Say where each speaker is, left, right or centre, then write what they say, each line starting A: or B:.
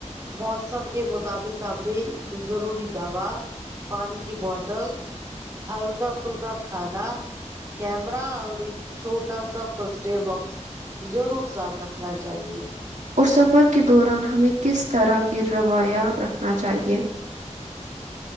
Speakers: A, on the right; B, on the right.
A: موسم کے مطابق ابھی ضروری دوا پانی کی بوٹل ہلکا پھلکا کھانا کیمرا اور ایک چھوٹا سا فسٹ ایڈ باکس ضرور ساتھ رکھنا چاہیے
B: اور سفر کے دوران ہمیں کس طرح کے رویہ رکھنا چاہیے